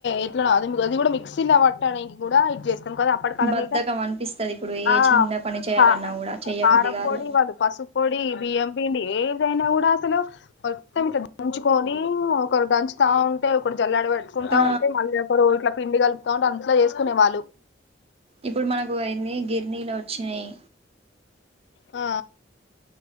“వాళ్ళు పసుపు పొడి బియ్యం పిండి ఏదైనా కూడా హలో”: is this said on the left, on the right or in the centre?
Left